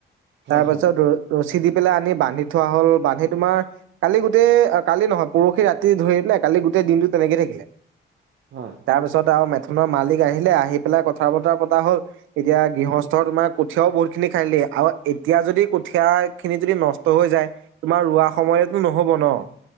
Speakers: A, on the right; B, on the right.
A: হয়
B: তাৰপাছত
A: হয়
B: ৰছী দি- পেলাই আনি বান্ধি থোৱা হ'ল বান্ধি তোমাৰ কালি গোটেই কালি নহয় পৰখি ৰাতি ধৰি দিলে। কালি গোটেই দিনটো তেনেকে থাকিলে।
A: হয়
B: তাৰপিছত আৰু থুনৰ মালিক আহিলে। আহি পেলাই কথা বতৰা পতা হ'ল এতিয়া গৃহস্থৰ তোমাৰ কঠিয়াও বহুত খিনি খাইদিলে আৰু এতিয়া যদি কঠিয়া খিনি যদি নষ্ট হৈ যায় তোমাৰ ৰোৱা সময়েতো নহ'ব ন'?